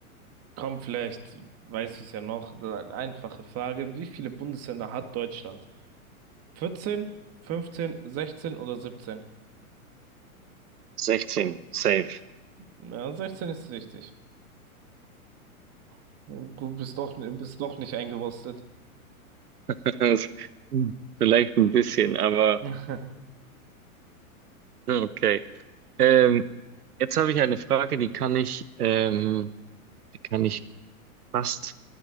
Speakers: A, on the right; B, on the right.
A: komm, vielleicht weißt du es ja noch. Eine Einfache Frage. Wie viele Bundesländer hat Deutschland? 14, 15, 16 oder 17?
B: 16, safe.
A: Ja, 16 ist richtig. Du bist doch, bist doch nicht eingerostet.
B: <laughs> Vielleicht ein bisschen, aber
A: <laughs>
B: okay. Ähm, jetzt habe ich eine Frage, die kann ich, ähm, die kann ich fast